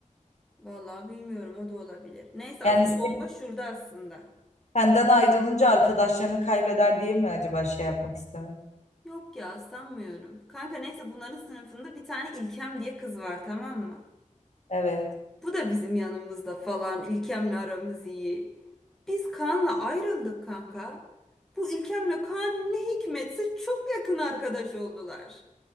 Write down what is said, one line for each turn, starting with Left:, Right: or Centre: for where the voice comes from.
Centre: Vallahi bilmiyorum o da olabilir. Neyse
Left: Yani
Centre: asıl
Left: sen-
Centre: bomba şurada aslında.
Left: senden ayrılınca arkadaşlarını kaybeder diye mi acaba şey yapmak istemedi?
Centre: Yok ya sanmıyorum. Kanka neyse bunların sınıfında bir tane İlkem diye kız var tamam mı?
Left: Evet.
Centre: Bu da bizim yanımızda falan. İlkem'le aramız iyi. Biz Kaan'la ayrıldık kanka. Bu İlkem'le Kaan ne hikmetse çok yakın arkadaş oldular.